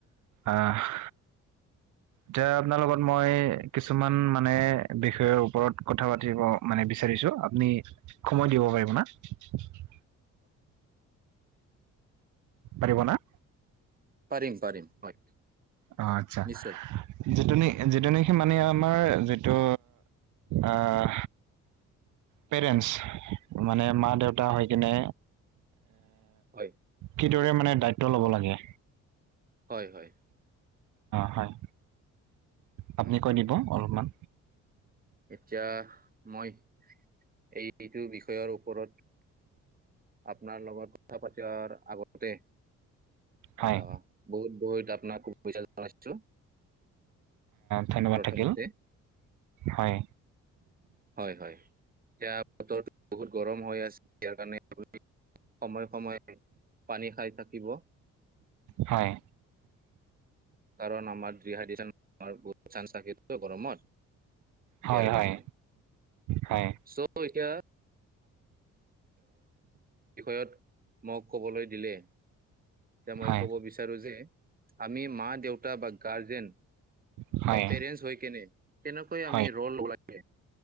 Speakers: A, on the right; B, on the right.
A: আহ। এতিয়া আপোনাৰ লগত মই কিছুমান মানে বিষয়ৰ ওপৰত কথা পাতিব মানে বিচাৰিছোঁ, আপুনি সময় দিব পাৰিব ন? পাৰিব না?
B: পাৰিম- পাৰিম হয়।
A: অ, আতচ্ছা।
B: নিশ্চয়
A: যিটো- যিটো নেকি, যিটো মানে আমাৰ যিটো আহ পেৰেণ্টছ মানে মা- দেউতা হৈ কিনে
B: হয়
A: কিদৰে মানে দায়িত্ব ল'ব লাগে?
B: হয়- হয়।
A: হয়, আপুনি
B: উম
A: কৈ দিব অলপ মান।
B: এতিয়া মই, এই যিটো বিষয়ৰ ওপৰত আপোনাৰ লগত পথা পাতিৰ আগতে
A: হয়
B: অ, বহুত- বহুত আপোনাক শুভেচ্ছা জনাইছো।
A: ধনৈবাদ
B: প্ৰথমতে
A: থাকিল, হয়।
B: হয়- হয়, এতিয়া বতৰ বহুত গৰম হৈ আছে ইয়াৰ কাৰণে। সময়ে- সময়ে পানী খাই থাকিব।
A: হয়।
B: কাৰণ আমাৰ ডিহাইড্ৰন হোৱাৰ বহুত চানস থাকে ন গৰমত।
A: হয়
B: ইয়াৰ কাৰণে,
A: হয় হয়
B: চৌ' এতিয়া এই বিষয়ত মোক ক'বলৈ দিলে। মই
A: হয়
B: ক'ব বিচাৰোঁ যে, আমি দেউতা বা গাৰ্জেন
A: হয়
B: বা
A: হয়
B: পেৰেন্টচ হৈ কেনে কেনেকৈ
A: হয়
B: আমি ৰল লাগে।